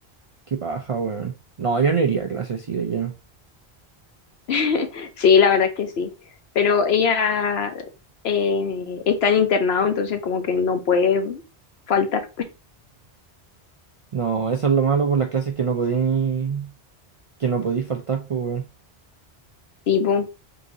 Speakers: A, on the right; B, on the left.
A: qué paja, weón. No, yo no iría a clase así de lleno.
B: <laughs> Sí, la verdad es que sí. Pero ella eh, está en internado, entonces como que no puede faltar
A: No, eso es lo malo por las clases que no podí, que no podí faltar, pues, weón.
B: tipo.